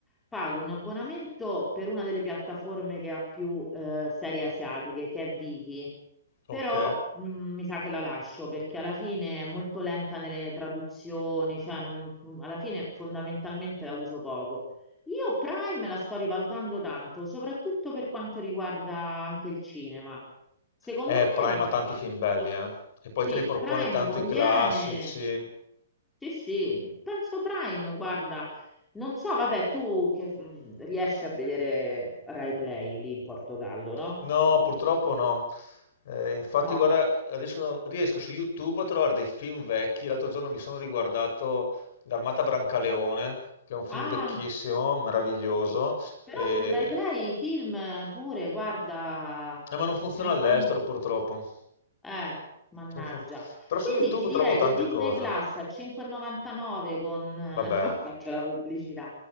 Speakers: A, in the centre; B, on the left.
A: pago un abbonamento per una delle piattaforme che ha più eh, serie asiatiche, che è Viki,
B: Ok.
A: però mh, mi sa che la lascio perché alla fine è molto lenta nelle traduzioni, cioè non- mm, alla fine fondamentalmente la uso poco. Io Prime la sto rivalutando tanto, soprattutto per quanto riguarda anche il cinema. Secondo
B: Eh, Prime
A: me, mm,
B: ha tanti film belli, eh. E poi
A: sì,
B: ti ripropone
A: Prime
B: tanto
A: conviene.
B: i classici.
A: Sì, sì, penso Prime, guarda, non so, vabbè, tu che mh, riesci a vedere Rai Play lì in Portogallo, no?
B: No, purtroppo no. Eh, infatti,
A: No.
B: guarda, riesco, riesco su YouTube a trovare dei film vecchi. L'altro giorno mi sono riguardato L'Armata Brancaleone, che è un film
A: Ah,
B: vecchissimo, meraviglioso.
A: sì. Però
B: e-
A: su Rai Play i film pure, guarda,
B: eh, ma non funziona
A: ce ne
B: all'estero,
A: stanno.
B: purtroppo.
A: Eh, mannaggia.
B: Non fun- Però
A: Quindi
B: su YouTube
A: ti direi
B: trovo tante
A: che Disney
B: cose.
A: Plus a 5,99 con...
B: Vabbè.
A: <laughs> Faccio la pubblicità.